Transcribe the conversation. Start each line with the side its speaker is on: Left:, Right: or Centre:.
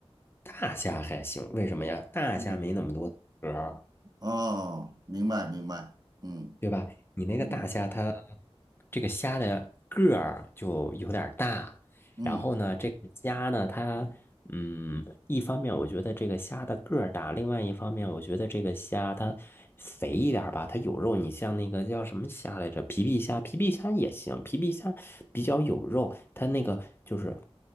Left: 大虾还行，为什么呀？大虾没那么多壳儿，
Right: 对，哦，明白明白，嗯
Left: 对吧？你那个大虾它，
Right: 嗯
Left: 这个虾的个儿就有点儿大，
Right: 嗯
Left: 然后呢，这个虾呢，它，嗯，一方面我觉得这个虾的个儿大，另外一方面我觉得这个虾它肥一点儿吧，它有肉。你像那个叫什么虾来着？皮皮虾，皮皮虾也行，皮皮虾比较有肉，它那个就是，